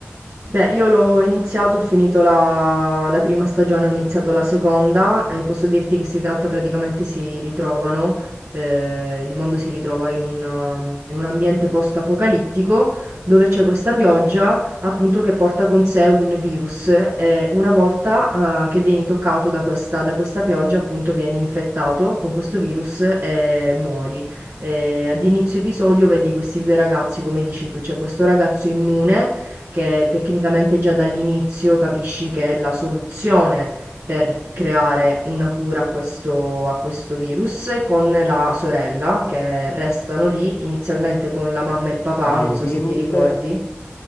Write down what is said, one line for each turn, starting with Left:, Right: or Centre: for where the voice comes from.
Right: Beh, io l'ho iniziato, ho finito la, la prima stagione, ho iniziato la seconda e posso dirti che si tratta praticamente, si ritrovano, eh, il mondo si ritrova in un, um, in un ambiente post-apocalittico dove c'è questa pioggia appunto che porta con sé un virus e una volta eh, che vieni toccato da questa, da questa pioggia appunto vieni infettato con questo virus e muori. Eh, ad inizio episodio vedi questi due ragazzi, come dici tu, c'è questo ragazzo immune che tecnicamente già dall'inizio capisci che è la soluzione per creare una cura a questo, a questo virus con la sorella che restano lì, inizialmente con la mamma e il papà,
Left: Ma
Right: non
Left: il
Right: so
Left: virus,
Right: se ti ricordi.
Left: il